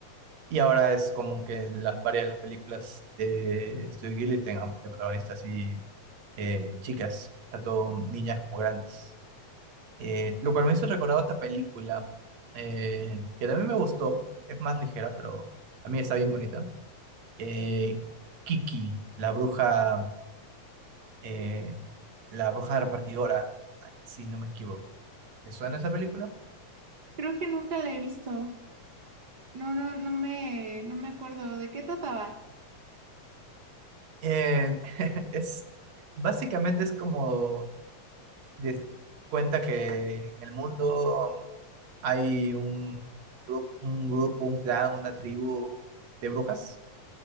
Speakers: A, on the right (about 65°); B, on the right (about 50°).
A: Y ahora es como que las varias de las películas de Studio Ghibli tengan de protagonistas así eh, chicas, tanto niñas como grandes. Eh, lo cual me hizo recordar otra película eh, que también me gustó, es más ligera, pero también está bien bonita. Eh, Kiki, la bruja, eh, la bruja repartidora, si no me equivoco. ¿Te suena esa película?
B: Creo que nunca la he visto. No, no, no me, no me acuerdo de qué trataba.
A: Eh, <laughs> es, básicamente es como de cuenta que en el mundo hay un grupo, un grupo, un clan, una tribu de brujas